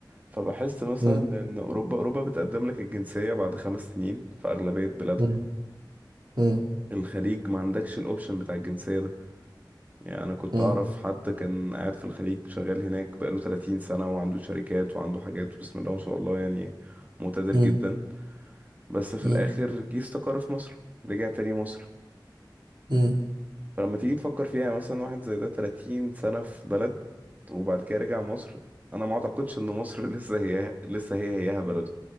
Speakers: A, on the right; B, on the right.
A: فبحس مثلا
B: مم.
A: ان اوروبا اوروبا بتقدم لك الجنسيه بعد خمس سنين في اغلبيه بلادها
B: مم. مم.
A: الخليج ما عندكش الاوبشن بتاع الجنسيه ده يعني انا كنت
B: مم.
A: اعرف حد كان قاعد في الخليج شغال هناك بقاله 30 سنه وعنده شركات وعنده حاجات بسم الله ما شاء الله يعني مقتدر
B: مم.
A: جدا بس في
B: مم.
A: الاخر جه استقر في مصر رجع تاني مصر
B: مم.
A: فلما تيجي تفكر فيها مثلا واحد زي ده 30 سنة في بلد وبعد كده رجع مصر انا ما اعتقدش ان مصر <laughs> لسه هي لسه هي هيها بلده